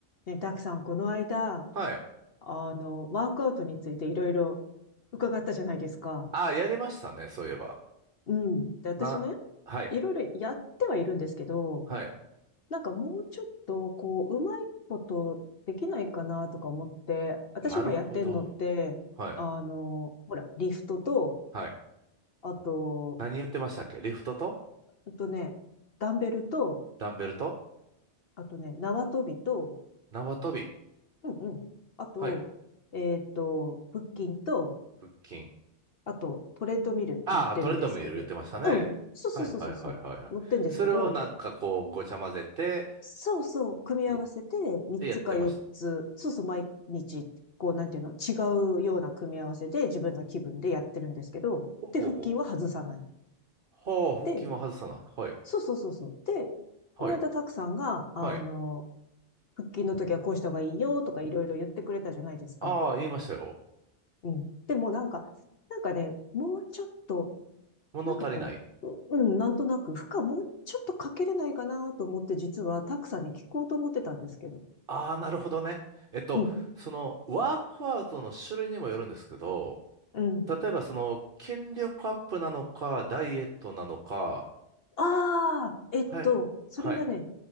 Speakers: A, on the left; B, on the right.
A: ね、たくさんこの間、
B: はい。
A: あの、ワークアウトについていろいろ伺ったじゃないですか。
B: あ、やりましたね、そういえば。
A: うん。で、私ね、
B: な、はい。
A: いろいろやってはいるんですけど、
B: はい。
A: なんかもうちょっと、こう、うまいことできないかなとか思って、私今やってんのって、
B: なるほど。はい。
A: あの、ほら、リフトと、
B: はい。
A: あと、
B: 何言ってましたっけリフトと
A: ほんとね、ダンベルと、
B: ダンベルと
A: あとね、縄跳びと、
B: 縄跳び。
A: うんうん。あと、
B: はい。
A: えっと、腹筋と、
B: 腹筋。
A: あと、トレッドミル乗ってるんですけど、
B: ああ、トレッドミル言ってましたね。
A: うん、そうそうそうそうそう、
B: はいはいはいはいはい。
A: 乗ってんですけど、
B: それをなんかこう、ごちゃ混ぜて、
A: そうそう、組み合わせて3つか4つ、
B: いでやってました。
A: そうそう、毎日、こう、なんていうの、違うような組み合わせで自分の気分でやってるんですけど、
B: ほうほうほう。
A: で、腹筋は外さない。
B: ほう、腹筋は外さない。
A: で、
B: はい。
A: そうそうそうそう。で、
B: はい。
A: この間、たくさんが、あの、
B: はい。
A: 腹筋の時はこうした方がいいよとかいろいろ言ってくれたじゃないですか。
B: ああ、言いましたよ。
A: うん。でもなんか、なんかね、もうちょっと
B: 物足りない。
A: なんかこう、ううん、なんとなく、負荷もうちょっとかけれないかなと思って、実はックさんに聞こうと思ってたんですけど。
B: ああ、なるほどね。えっと、
A: うん、
B: その、ワークアウトの種類にもよるんですけど、
A: うん。
B: 例えばその筋力アップなのか、ダイエットなのか、
A: ああ、えっと、
B: はい、
A: それはね、
B: はい、